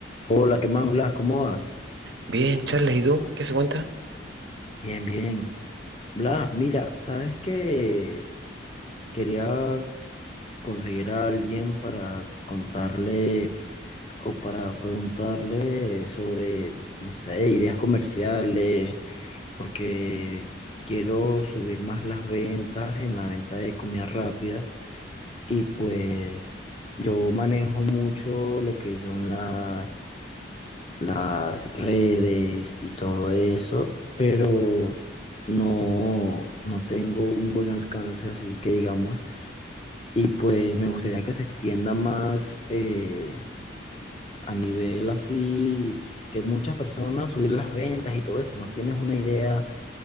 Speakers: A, on the left; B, on the right.
A: Hola, ¿qué más, Blas? ¿Cómo vas?
B: Bien, Charles, ¿y tú? ¿Qué se cuenta?
A: Bien, bien. Blas, mira, ¿sabes qué? Quería conseguir a alguien para contarle o para preguntarle sobre, no sé, ideas comerciales, porque quiero subir más las ventas en la venta de comida rápida y pues yo manejo mucho lo que son las las redes y todo eso, pero no, no tengo un buen alcance, así que digamos, y pues me gustaría que se extienda más eh, a nivel así, que muchas personas subir las ventas y todo eso, ¿no tienes una idea